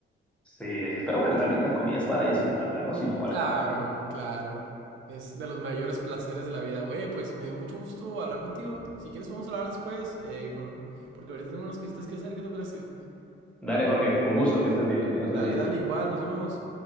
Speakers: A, in the centre; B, on the right (about 80°).
A: Sí, así es. Pero bueno, también la comida es para disfrutarla, ¿no? Sino para
B: Claro,
A: que...
B: claro. Es de los mayores placeres de la vida. Oye, pues me dio mucho gusto hablar contigo. Si quieres podemos hablar después, eh, con... porque ahorita tengo unas cositas que hacer, ¿qué te parece?
A: Dale, Jorge, un gusto, que estés bien, que tengas
B: Dale,
A: buen día.
B: dale, igual, nos vemos.